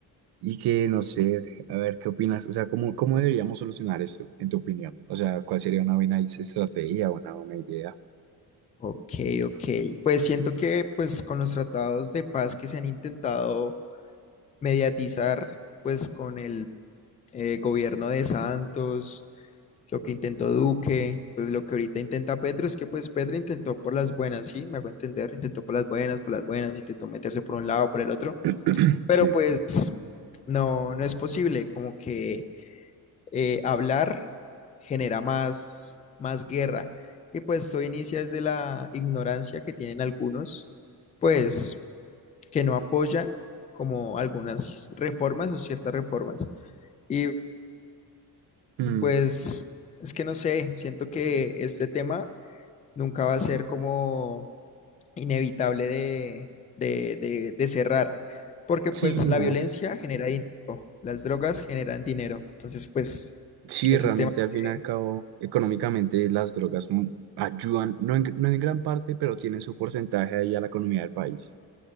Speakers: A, on the right; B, on the left.
A: Y que no sé, a ver, ¿qué opinas? O sea, ¿cómo, cómo deberíamos solucionar esto, en tu opinión? O sea, ¿cuál sería una buena estrategia, o una buena idea?
B: Ok, ok. Pues siento que pues con los tratados de paz que se han intentado mediatizar pues con el eh, gobierno de Santos lo que intentó Duque, pues lo que ahorita intenta Petro es que pues Petro intentó por las buenas, sí, me hago entender, intentó por las buenas, por las buenas, intentó meterse por un lado, por el otro,
A: <clears throat>
B: pero
A: Sí.
B: pues no, no es posible, como que eh, hablar genera más, más guerra y pues esto inicia desde la ignorancia que tienen algunos, pues que no apoyan como algunas reformas o ciertas reformas y
A: Mm,
B: pues... Es que no sé, siento que este tema nunca va a ser como inevitable de, de, de- de cerrar, porque
A: sí,
B: pues la
A: no.
B: violencia genera dinero, las drogas generan dinero, entonces pues
A: Sí,
B: es
A: realmente
B: un tema
A: al fin
B: que-
A: y al cabo, económicamente las drogas mu- ayudan, no en, no en gran parte, pero tienen su porcentaje ahí a la economía del país.